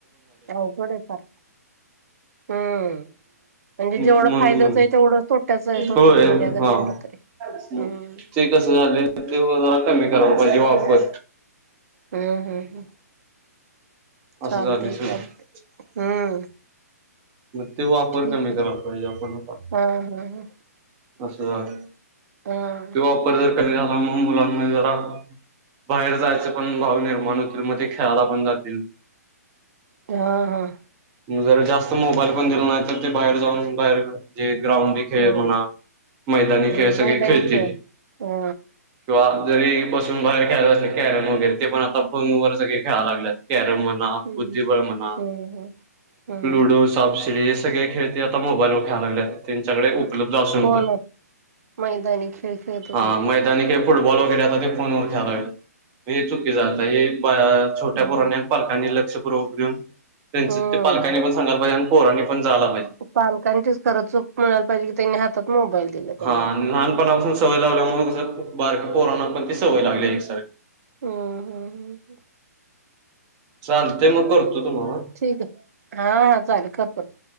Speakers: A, on the right (about 60°); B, on the right (about 25°).
A: अवघड आहे फार हम्म म्हणजे
B: म्हणून
A: जेवढा फायदाच
B: म्हण
A: आहे. तेवढं तोट्याचं आहे सोशल
B: होय
A: मीडिया जर
B: हा
A: म्हटलं तरी
B: मग
A: हम्.
B: ते कसं झालंय ते जरा कमी करायला पाहिजे वापर
A: हम्म हम् हम.
B: असं
A: चालते
B: झाले सगळ
A: चालते हम्म.
B: मग ते वापर
A: ठीक
B: कमी
A: आहे
B: करायला पाहिजे आपण आता
A: हा हा हा.
B: अस झाल त्यो
A: हा
B: वापर जर कमी झाला म मुलांमध्ये जरा बाहेर जायच पण भाव निर्माण होतील म ते खेळायला पण जातील.
A: हा हा.
B: जरा जास्त मोबाईल पण दिला नाही तर ते बाहेर जाऊन बाहेर हे ग्राउंड खेळ
A: होय
B: म्हणा मैदानी
A: हम्म
B: खेळ सगळे
A: मैदानी
B: खेळतील.
A: खेळ हा
B: किंवा जरी बसून बाहेर ख्यायच असल कॅरम वगैरे ते पण आता फोन वर सगळे ख्याय लागत कॅरम म्हण.
A: हम्म
B: बुद्धिभ्रमणा
A: हम्म हम्म हम्म
B: लुडो सापसिडी हे सगळे खेळ ते आता मोबाईल वर खेळायला लागलेत. त्यांच्याकडे उपलब्ध असून
A: हो
B: पण
A: ना मैदानी खेळ खेळतच
B: हा.
A: नाहीत
B: आणि काही फुटबॉल वैर आता ते फोनवर खेळायला हे चुकी जात हे छोट्या
A: हम्म
B: पुराण्या पालकांनी लक्ष पुूर्वक घेऊन त्यांचे
A: हम्म
B: सांगाला पाहिज आणि पोरणी पण जायला पाजे.
A: पालकांचीच खरं चूक म्हणायला पाहिजे की त्यांनी हातात मोबाईल दिला त्यांना
B: हा आणि लहानपणापासून सवय लावल्यामुळे कस बारक्या पोराना पण ती सवय लागली एकसारखी
A: हम्म हम्म
B: <unintelligible> चालतेय मग करतो तुम्हाला
A: ठीक आहे हा हा चालेल कर परत